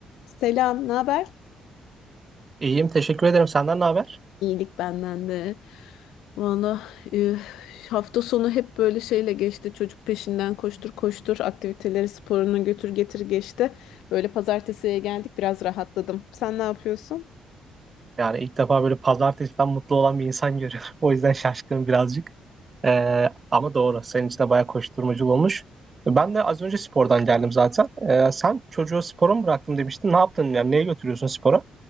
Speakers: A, on the left (about 90°); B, on the right (about 35°).
A: Selam, ne haber?
B: İyiyim, teşekkür ederim. Senden ne haber?
A: İyilik benden de. Valla e, hafta sonu hep böyle şeyle geçti. Çocuk peşinden koştur koştur, aktiviteleri sporunu götür getir geçti. Böyle pazartesiye geldik biraz rahatladım. Sen ne yapıyorsun?
B: Yani ilk defa böyle pazartesiden mutlu olan bir insan görüyorum. <laughs> O yüzden şaşkınım birazcık. Ee, ama doğru, senin için de bayağı koşturmacı olmuş. Ben de az önce spordan geldim zaten. Ee, sen çocuğu spora mı bıraktım demiştin. Ne yaptın? Yani neye götürüyorsun spora?